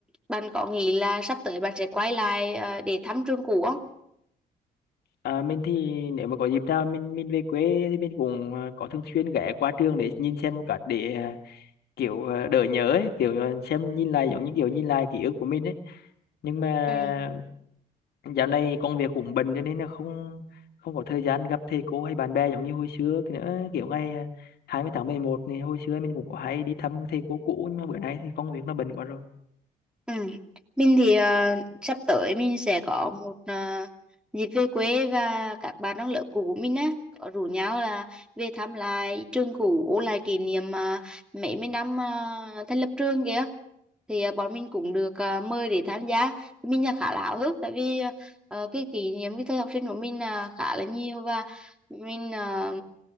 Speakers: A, in the centre; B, on the left.
A: bạn có nghĩ là sắp tới bạn sẽ quay lại à, để thăm trường cũ không
B: à, mình thì nếu mà có dịp nào mình mình về quê thì mình cũng à, có thường xuyên ghé qua trường để nhìn xem một cái để à, kiểu à, đỡ nhớ ấy, kiểu à, xem nhìn lại giống như kiểu nhìn lại ký ức của mình ấy nhưng mà
A: Ừ.
B: dạo này công việc cũng bận cho nên là không không có thời gian gặp thầy cô hay bạn bè giống như hồi xưa cái nữa kiểu ngày à, 20 tháng mười một thì hồi xưa mình cũng có hay đi thăm thầy cô cũ nhưng mà bữa nay thì công việc nó bận quá rồi
A: Ừ. Mình thì ờ, sắp tới mình sẽ có một ờ, dịp về quê và các bạn trong lớp cũ của mình á có rủ nhau là về thăm lại trường cũ ôn lại kỷ niệm uh, mấy mươi năm ờ, thành lập trường kìa thì à, bọn mình cũng được à, mời để tham gia mình là khá là háo hức tại vì à, cái kỷ niệm cái thời học sinh của mình là khá là nhiều và mình à,